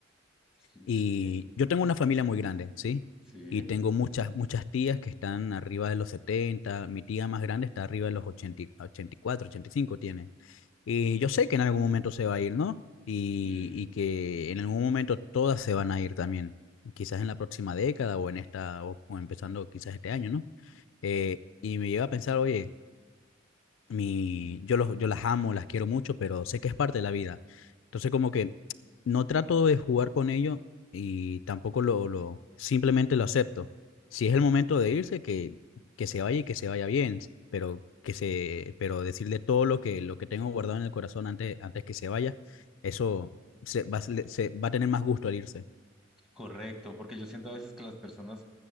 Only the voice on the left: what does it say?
y
yo tengo una familia muy grande, ¿sí?
Y tengo muchas, muchas tías que están arriba de los setenta mi tía más grande está arriba de los ochenta ochenta y cuatro ochenta y cinco tiene. Y yo sé que en algún momento se va a ir, ¿no? Y,
y que en algún momento todas se van a ir también, quizás en la próxima década o en esta, o, o empezando quizás este año, ¿no? Eh, y me llega a pensar, oye, mi, yo, los, yo las amo, las quiero mucho, pero sé que es parte de la vida. Entonces como que no trato de jugar con ello y tampoco lo, lo simplemente lo acepto. Si es el momento de irse, que, que se vaya y que se vaya bien, pero que se, pero decirle todo lo que, lo que tengo guardado en el corazón antes, antes que se vaya, eso se va, a- se va a tener más gusto al irse.